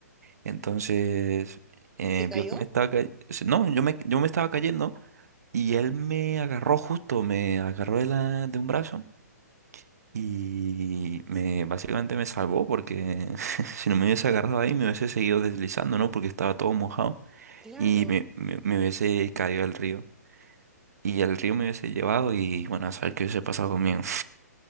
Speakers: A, on the right; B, in the centre.
A: Entonces, eh,
B: ¿Se cayó?
A: vio que me estaba cayendo. No, yo me, yo me estaba cayendo y él me agarró justo, me agarró de, la, de un brazo y me, básicamente me salvó porque <laughs> si no me hubiese agarrado ahí me hubiese seguido deslizando, ¿no? Porque estaba todo mojado
B: Claro.
A: y me, me, me hubiese caído al río. Y el río me hubiese llevado y bueno, a saber qué hubiese pasado conmigo. <laughs>